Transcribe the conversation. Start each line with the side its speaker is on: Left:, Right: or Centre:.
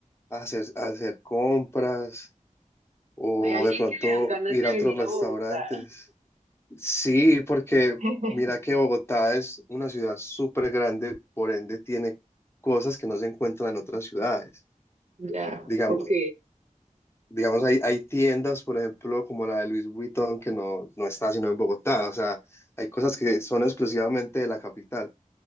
Left: a hacer, a hacer compras o
Right: Hay alguien
Left: de pronto
Right: que le dan ganas
Left: ir
Right: de
Left: a
Right: venir
Left: otros restaurantes.
Right: a Bogotá.
Left: Sí, porque
Right: <laughs>
Left: mira que Bogotá es una ciudad súper grande, por ende tiene cosas que no se encuentran en otras ciudades.
Right: Ya,
Left: Digamos,
Right: ok,
Left: digamos hay, hay tiendas, por ejemplo, como la de Louis Vuitton, que no, no está sino en Bogotá. O sea, hay cosas que son exclusivamente de la capital.